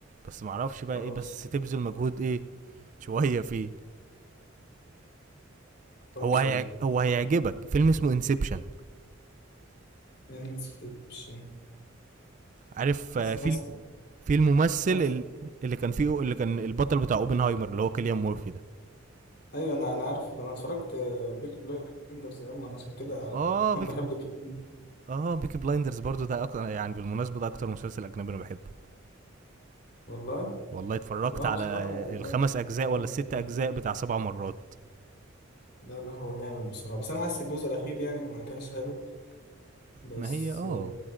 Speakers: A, on the right; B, on the left.
A: بس معرفش بقى
B: خلاص
A: ايه بس تبذل مجهود ايه شوية فيه
B: خلاص
A: هو هيع...
B: قولي
A: هو هيعجبك فيلم اسمه انسبشن
B: انسبشن
A: عارف
B: حاسس
A: آه،
B: الناس
A: في ال- في الممثل
B: حد
A: ال- اللي كان فيه اللي كان البطل بتاع اوبنهايمر اللي هو كيليان مورفي ده
B: ايوه انا انا عارفه انا اتفرجت بيك بلايندرز يا عم انا عشان كده
A: اه
B: <laughs>
A: بيك
B: بحب كده
A: اه بيكي بلايندرز برضو ده اكتر يعني بالمناسبة ده اكتر مسلسل اجنبي انا بحبه
B: والله
A: والله اتفرجت
B: لا هو
A: على
B: بصراحه
A: الخمس
B: جامد
A: اجزاء
B: جامد
A: ولا الست
B: جامد
A: اجزاء
B: جامد.
A: بتاع سبع مرات
B: لا لا هو جامد بصراحه بس انا حاسس الجزء الاخير يعني ما كانش حلو بس
A: ما هي اه
B: آه،